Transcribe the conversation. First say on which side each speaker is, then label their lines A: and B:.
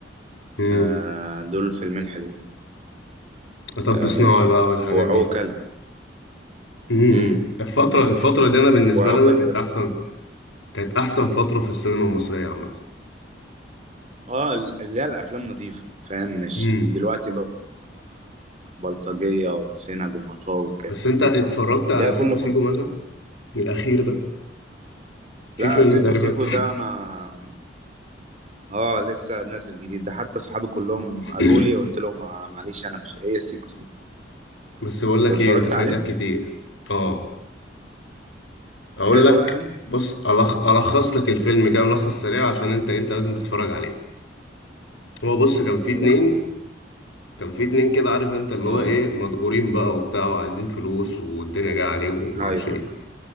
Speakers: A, on the left; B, on the right.
A: امم.
B: آه دول فيلمين حلو
A: مطب
B: آه
A: صناعي بقى والحاجات
B: وعوكل
A: دي امم
B: امم
A: الفترة الفترة دي انا بالنسبة
B: وعوكل
A: لي انا كانت
B: ب...
A: احسن كانت احسن فترة في السينما المصرية عامة
B: اه اللي هي الافلام نظيفه فاهم مش
A: امم
B: دلوقتي بقى بلطجيه وسينج ومطاوي وكده
A: بس انت اتفرجت على
B: لا
A: سيكو
B: كل
A: سيكو
B: ف...
A: مثلا الاخير ده في
B: لا
A: فيلم
B: سيكو
A: تقريبا
B: سيكو ده انا اه لسه نازل جديد ده حتى صحابي كلهم
A: <coughs>
B: قالوا لي قلت لهم ما- معلش انا مش ايه سيكو سيكو
A: بس بقول
B: انت
A: لك
B: اتفرجت
A: ايه انت فايتك
B: عليه
A: كتير اه اقول
B: حلو
A: لك
B: يعني
A: بص ألخ... الخص لك الفيلم كده ملخص سريع عشان انت انت لازم تتفرج عليه هو بص كان في اتنين
B: الله
A: كان في اتنين كده عارف انت اللي
B: اه
A: هو ايه مدقورين بقى وبتاع وعايزين فلوس والدنيا جايه عليهم ومعرفش
B: ايوه
A: ايه
B: أيوه.